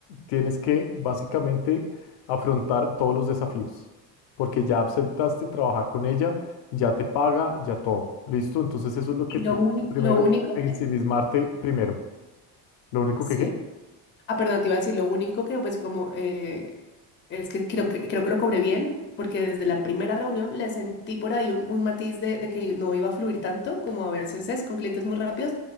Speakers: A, on the left; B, on the left.
A: tienes que básicamente afrontar todos los desafíos, porque ya aceptaste trabajar con ella, ya te paga, ya todo, ¿listo? Entonces eso es lo que
B: Y
A: tienes
B: lo único,
A: que primero,
B: lo único,
A: ensimismarte
B: que-
A: primero. Lo único
B: sí
A: que, ¿qué?
B: Ah, perdón, te iba a decir, lo único que pues como eh, es que creo que creo que lo cobré bien, porque desde la primera reunión le sentí por ahí un, un matiz de, de que no iba a fluir tanto como a veces es con clientes muy rápidos.